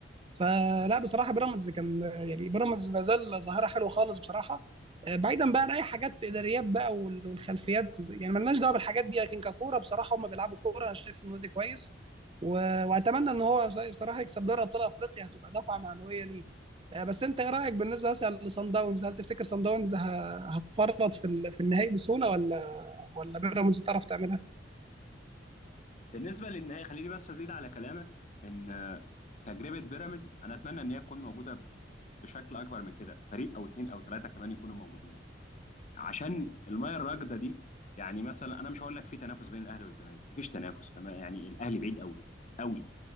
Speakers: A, on the right; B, on the left.
A: فلا بصراحه بيراميدز كان يعني بيراميدز ما زال ظاهره حلوه خالص بصراحه آه، بعيدا بقى عن اي حاجات اداريات بقى وال- والخلفيات يعني مالناش دعوه بالحاجات دي لكن ككوره بصراحه هم بيلعبوا كوره انا شايف النادي كويس و- واتمنى ان هو زي- بصراحه يكسب دوري ابطال افريقيا هتبقى دفعه معنويه ليه آه، بس انت ايه رايك بالنسبه مثلا لصن داونز هل تفتكر صن داونز ه- هتفرط في ال- في النهائي بسهوله ولا ولا بيراميدز تعرف تعملها
B: بالنسبه للنهائي خليني بس ازيد على كلامك ان آه، تجربه بيراميدز انا اتمنى ان هي تكون موجوده بشكل اكبر من كده فريق او اتنين او تلاته كمان يكونوا موجودين عشان المياه الراكده دي يعني مثلا انا مش هقول لك في تنافس بين الاهلي والزمالك مفيش تنافس تمام يعني الاهلي بعيد قوي قوي